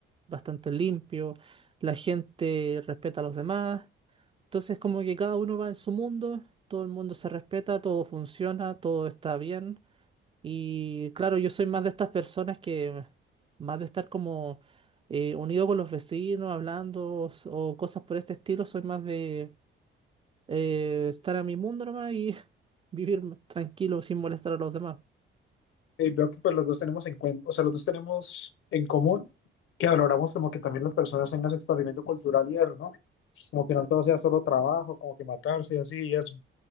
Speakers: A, on the right; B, on the left.
A: bastante limpio, la gente respeta a los demás, entonces como que cada uno va en su mundo, todo el mundo se respeta, todo funciona, todo está bien. Y claro, yo soy más de estas personas que más de estar como eh, unido con los vecinos, hablando s- o cosas por este estilo, soy más de eh, estar a mi mundo nomás y <laughs> vivir m- tranquilo sin molestar a los demás.
B: Eh, veo que pues los dos tenemos en cuen- o sea, los dos tenemos en común que valoramos como que también las personas tengan su experimento cultural y eso, ¿no? Como que no todo sea solo trabajo, como que matarse y así y eso.